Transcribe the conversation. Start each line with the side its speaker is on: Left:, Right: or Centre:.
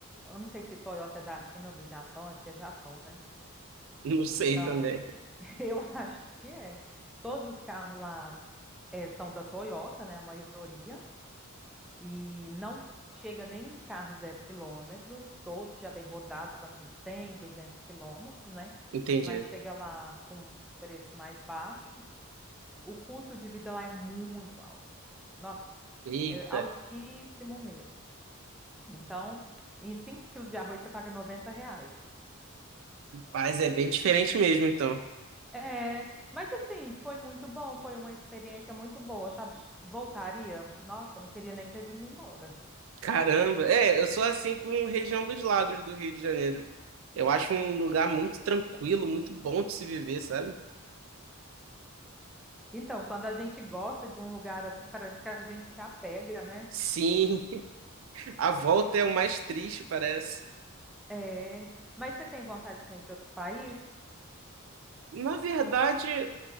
Centre: Eu não sei se Toyota é da China ou do Japão, acho que é Japão, né?
Right: <laughs> Não sei
Centre: Então,
Right: também.
Centre: <laughs> eu acho que é. Todos os carros lá eh, são da Toyota, né? A maioria. E não chega nenhum carro zero quilômetro. Todos já vêm rodados com assim 100, 200 quilômetros, né?
Right: Entendi.
Centre: Mas chega lá com preço mais baixo. O custo de vida lá é muito alto. Nossa,
Right: Eita.
Centre: é altíssimo mesmo. Então, em 5 quilos de arroz você paga 90 reais.
Right: Mas é bem diferente mesmo, então.
Centre: É, mas assim, foi muito bom, foi uma experiência muito boa, sabe? Voltaria? Nossa, não queria nem ter vindo embora.
Right: Caramba, é, eu sou assim com região dos lagos do Rio de Janeiro. Eu acho um lugar muito tranquilo, muito bom de se viver, sabe?
Centre: Então, quando a gente gosta de um lugar assim, parece que a gente se apega, né?
Right: Sim, <laughs> a volta é o mais triste, parece.
Centre: É, mas você tem vontade de conhecer outro país?
Right: Na verdade,